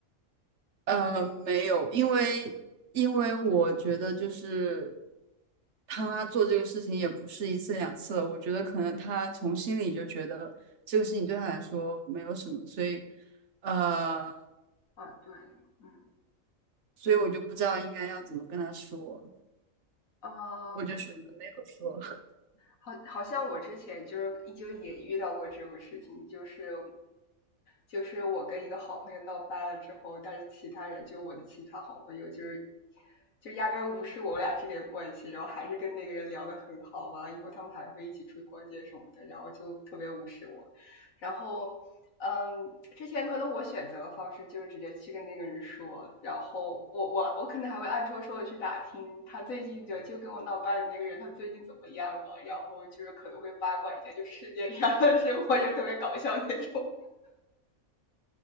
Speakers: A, on the right; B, on the left.
A: 呃，没有，因为因为我觉得就是他做这个事情也不是一次两次了，我觉得可能他从心里就觉得这个事情对他来说没有什么，所以呃，
B: 啊，对，嗯，
A: 所以我就不知道应该要怎么跟他说，
B: 呃，
A: 我就选择没有说。<laughs>
B: 好，好像我之前就是就也遇到过这种事情，就是就是我跟一个好朋友闹掰了之后，但是其他人就我的其他好朋友就是就压根无视我俩这间关系，然后还是跟那个人聊得很好嘛，完了以后他们还会一起出去逛街什么的，然后就特别无视我，然后嗯，之前可能我选择的方式就是直接去跟那个人说，然后我我我可能还会暗戳戳的去打听他最近就就跟我闹掰的那个人他最近怎么样了，然后就是可能会八卦一下就世界上的生活，就特别搞笑那种。